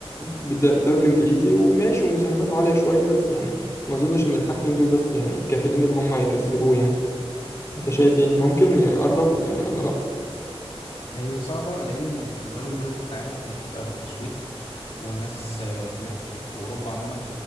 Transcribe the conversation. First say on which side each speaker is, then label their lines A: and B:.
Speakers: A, on the left (about 30°); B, on the left (about 65°).
A: بالد- بالدوري الانجليزي وماشي ومساهماته عاليه شويه بس يعني ما اظنش ان الحاجتين دول بس يعني كافلين اللي هم يكسبوه يعني انت شايف ايه ممكن يقربوا يعني ولا لا
B: هي صعبه لان البالون دور انت عارف ان هي بتبقى بالتصويت والناس آه، هناك في اوروبا عموما